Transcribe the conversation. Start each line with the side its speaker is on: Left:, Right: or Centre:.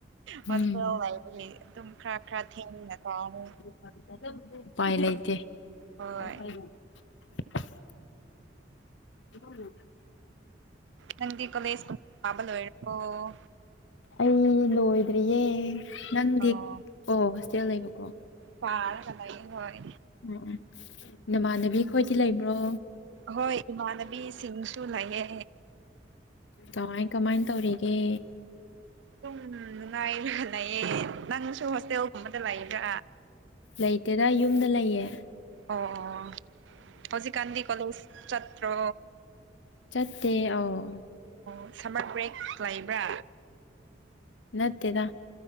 Right: ꯍꯣꯁꯇꯦꯜ
Left: ꯎꯝ
Right: ꯂꯩꯕꯒꯤ ꯑꯗꯨꯝ ꯈꯔ ꯈꯔ ꯊꯦꯡꯅ ꯆꯥꯔꯦ꯫
Left: <unintelligible> ꯄꯥꯏ ꯂꯩꯇꯦ
Right: ꯍꯣꯏ
Left: <unintelligible> <unintelligible>
Right: ꯅꯪꯗꯤ ꯀꯣꯂꯦꯁ ꯄꯥꯕ ꯂꯣꯏꯔꯕꯣ?
Left: ꯑꯩ ꯂꯣꯏꯗ꯭ꯔꯤꯌꯦ꯫ ꯅꯪꯗꯤ?
Right: ꯑꯣ
Left: ꯑꯣ ꯍꯣꯁꯇꯦꯜ ꯂꯩꯕꯀꯣ꯫
Right: ꯄꯥꯔꯒ ꯂꯩꯌꯦ ꯍꯣꯏ꯫
Left: ꯎꯝ ꯎꯝ꯫ ꯅꯃꯥꯟꯅꯕꯤ ꯈꯣꯏꯗꯤ ꯂꯩꯕ꯭ꯔꯣ?
Right: ꯍꯣꯏ ꯏꯃꯥꯟꯅꯕꯤꯁꯤꯡꯁꯨ ꯂꯩꯌꯦ꯫
Left: ꯀꯃꯥꯏ ꯀꯃꯥꯏꯟ ꯇꯧꯔꯤꯒꯦ?
Right: ꯁꯨꯝ ꯅꯨꯡꯉꯥꯏꯔꯒ ꯂꯩꯌꯦ꯫ ꯅꯪꯁꯨ ꯍꯣꯁꯇꯦꯜꯒꯨꯝꯕꯗ ꯂꯥꯛꯏꯕ꯭ꯔꯥ?
Left: ꯂꯩꯇꯦꯗ ꯌꯨꯝꯗ ꯂꯩꯌꯦ꯫
Right: ꯑꯣ ꯑꯣ ꯑꯣ꯫ ꯍꯧꯖꯤꯛꯀꯥꯟꯗꯤ ꯀꯂꯦꯖ ꯆꯠꯇ꯭ꯔꯣ?
Left: ꯆꯠꯇꯦ ꯑꯧꯑꯣ
Right: ꯑꯣ ꯁꯝꯃꯔ ꯕ꯭ꯔꯦꯛ ꯂꯩꯕ꯭ꯔꯥ?
Left: ꯅꯠꯇꯦꯗ꯫